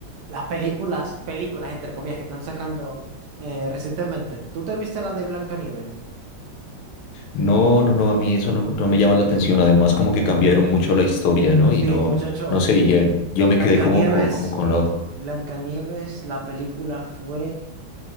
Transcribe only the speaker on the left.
No, no, no, a mí eso no, no me llama la atención. Además, como que cambiaron mucho la historia, ¿no?
Y no,
no sé, ya- yo
me quedé como, co- como, con la otra.